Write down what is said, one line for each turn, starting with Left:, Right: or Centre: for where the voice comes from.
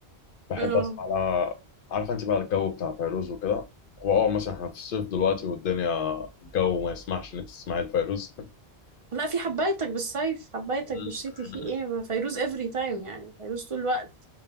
Left: بحب
Right: اه
Left: اسمع لها عارفه انت بقى الجو بتاع فيروز وكده هو اه مثلا احنا في الصيف دلوقتي والدنيا الجو ما يسمحش ان انت تسمعي الفيروز
Right: لا في حبايتك بالصيف حبايتك بالشتي
Left: <laughs>
Right: في ايه ما فيروز افري تايم يعني فيروز طول الوقت